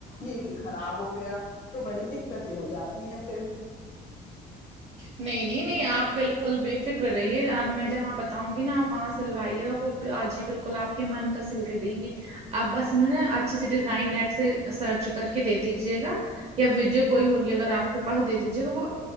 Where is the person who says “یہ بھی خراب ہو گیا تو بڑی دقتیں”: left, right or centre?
Left